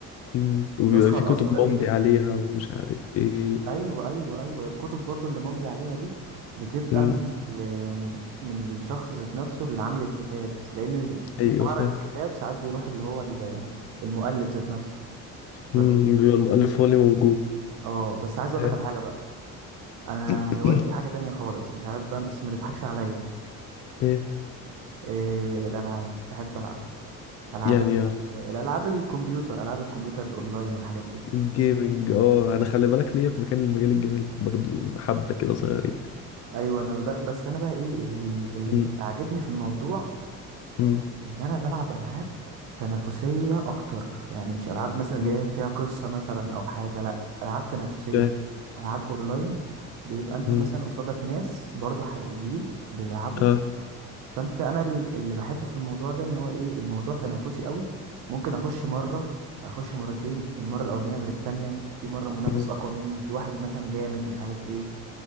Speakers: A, on the left; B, on the right.
A: مم. وبيبقى
B: النسخة
A: في
B: الأصلية
A: كتب ممضي عليها ومش عارف ايه
B: ايوه ايوه ايوه الكتب برضو اللي ممضي عليها دي بتبقى
A: مم.
B: من ال- من الشخص ذات نفسه اللي عامل الكتاب لان ز-
A: ايوه
B: في معرض
A: فاهم
B: الكتاب ساعات بيروح اللي هو ال- المؤلف ذات نفسه
A: مم.
B: فبيديك
A: بيبقى
B: ال-
A: المؤلف هو اللي
B: <laughs>
A: موجود
B: اه بس عايز اقول
A: ايه
B: لك على حاجه بقى انا
A: <clears throat>
B: هوايتي حاجه
A: <coughs>
B: تانية خالص مش عارف بقى بس ما تضحكش عليا
A: إيه؟
B: إيه الالعاب بحب العب العاب
A: يعني
B: ال-
A: يلا.
B: آه، الالعاب الكمبيوتر العاب الكمبيوتر الاونلاين والحاجات دي
A: الجيمنج اه انا خلي بالك ليا في مكان المجال الجيمنج برضو حبة كده صغيرين
B: ايوه انا بقى بس انا بقى ايه ال- اللي
A: مم.
B: عاجبني في الموضوع
A: مم.
B: ان انا بلعب العاب تنافسيه اكتر يعني مش العاب مثلا اللي
A: مم.
B: هي فيها قصه مثلا او حاجه لا العاب تنافسيه
A: فاهم
B: العاب اونلاين بيبقى انت
A: مم.
B: مثلا قصادك ناس برضو حقيقيين بيلعبوا
A: اه
B: فانت انا ال- اللي بحبه في الموضوع ده ان هو ايه الموضوع تنافسي قوي ممكن اخش مره اخش مرتين المره الاولانيه غير التانية في مره منافس
A: مم.
B: اقوى مني في واحد مثلا جامد مش عارف ايه